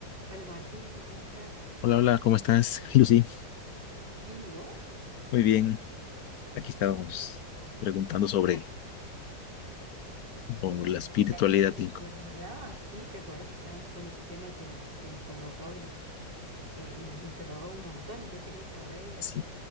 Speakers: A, on the right (about 70°); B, on the left (about 65°).
A: Hola Martín, ¿cómo estás?
B: Hola, hola, ¿cómo estás, <laughs> Lucy?
A: Bien, ¿y vos?
B: Muy bien, aquí estábamos preguntando sobre
A: Ah,
B: o la espiritualidad.
A: La espiritualidad,
B: y
A: sí, ¿te acuerdas que estábamos con ese tema que nos, que nos convocaba y nos, eh, y nos interrogó un montón? Yo quería saber,
B: Sí,